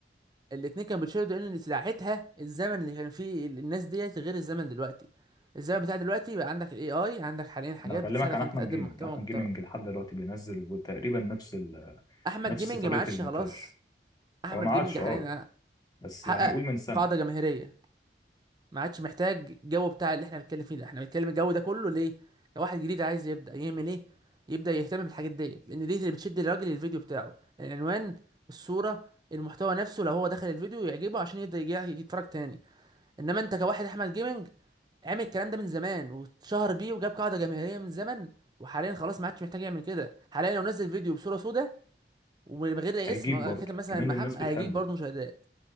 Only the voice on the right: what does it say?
الاتنين كانوا بيتشيروا لان ساعتها الزمن اللي كان فيه الناس ديت غير الزمن دلوقتي الزمن بتاع دلوقتي بقى عندك الاي اي عندك حاليا حاجات
بتساعدك
انت تقدم
محتوى
محترم
احمد
جيمنج
ما عادش
خلاص احمد
جيمنج
حاليا
حقق
قاعده جماهيريه ما عادش محتاج الجو بتاع اللي احنا بنتكلم فيه ده احنا بنتكلم الجو ده كله ليه لو واحد جديد عايز يبدا يعمل ايه يبدا يهتم بالحاجات ديت لان دي اللي بتشد الراجل للفيديو بتاعه العنوان الصوره المحتوى نفسه لو هو دخل الفيديو يعجبه عشان يبدا يجي يتفرج تاني انما انت كواحد احمد جيمنج عامل الكلام ده من زمان واتشهر بيه وجاب قاعده جماهيريه من زمن وحاليا خلاص ما عادش محتاج يعمل كده حاليا لو نزل فيديو بصوره سوداء ومن غير أي
اسم
كاتب مثلا
محمد
هيجيب برضه مشاهدات